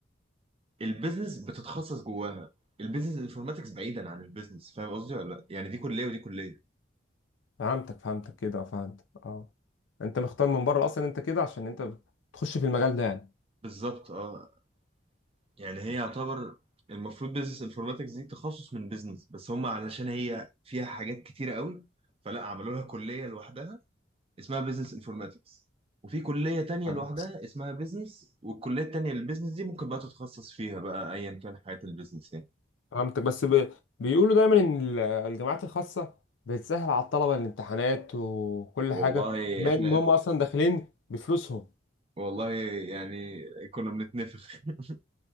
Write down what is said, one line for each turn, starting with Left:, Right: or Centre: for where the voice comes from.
Right: البيزنس بتتخصص جواها البيزنس انفورماتكس بعيدا عن البيزنس فاهم قصدي ولا لا يعني دي كليه ودي كليه
Left: فهمتك فهمتك كده فهمت اه انت مختار من بره اصلا انت كده عشان انت بتخش في المجال ده يعني
Right: بالظبط اه يعني هي يعتبر المفروض بيزنس انفورماتكس دي تخصص من بيزنس بس هم علشان هي فيها حاجات كتيره قوي فلا عملوا لها كليه لوحدها اسمها بيزنس انفورماتكس وفي كلية تانية
Left: فهمت
Right: لوحدها اسمها بيزنس والكلية التانية للبيزنس دي ممكن بقى تتخصص فيها بقى ايا كان حياة البيزنس يعني
Left: فهمتك بس ب... بيقولوا دايما ان ال- الجامعات الخاصه بتسهل على الطلبه الامتحانات وكل
Right: والله
Left: حاجه بما
Right: احنا
Left: ان هم اصلا داخلين بفلوسهم
Right: والله يعني كنا بنتنفخ <laughs>